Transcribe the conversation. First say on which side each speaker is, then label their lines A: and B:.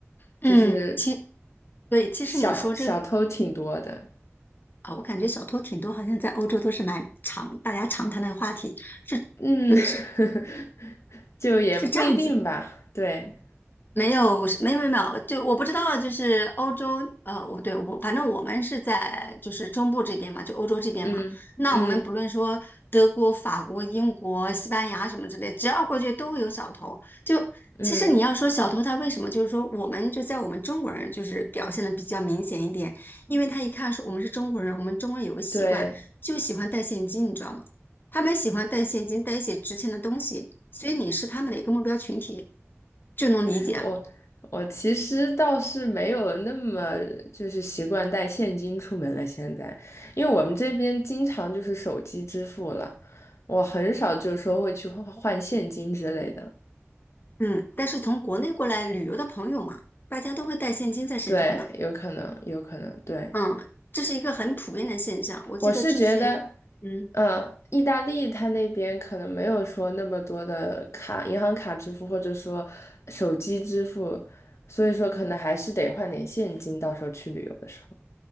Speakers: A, on the left; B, on the left.
A: 嗯，
B: 就是
A: 其对，其实你说这
B: 小小偷挺多的。
A: 啊，我感觉小偷挺多，好像在欧洲都是蛮常大家常谈的话题，是，
B: 嗯，
A: 对，是
B: <laughs> 就也不一定吧。
A: 是这样子
B: 对，
A: 没有，没有没有没有，就我不知道，就是欧洲，呃，我对我反正我们是在就是中部这边嘛，就欧洲这边嘛。
B: 嗯嗯
A: 那我们不论说德国、法国、英国、西班牙什么之类，只要过去都会有小偷。就其实你要说小偷他为什么，
B: 嗯，
A: 就是说我们就在我们中国人就是表现的比较明显一点，因为他一看是我们是中国人，我们中国人有个习惯，
B: 对。
A: 就喜欢带现金，你知道吗？他们喜欢带现金，带一些值钱的东西，所以你是他们的一个目标群体，就能理解了。
B: 我我其实倒是没有那么就是习惯带现金出门了，现在，因为我们这边经常就是手机支付了，我很少就说会去换换现金之类的。
A: 嗯，但是从国内过来旅游的朋友嘛，
B: 嗯
A: 大家都会带现金在身上的，
B: 对，有可能，有可能，对，
A: 嗯，这是一个很普遍的现象。我记得之前，
B: 我是觉得，
A: 嗯，
B: 嗯，意大利它那边可能没有说那么多的卡，银行卡支付或者说手机支付，所以说可能还是得换点现金，到时候去旅游的时候。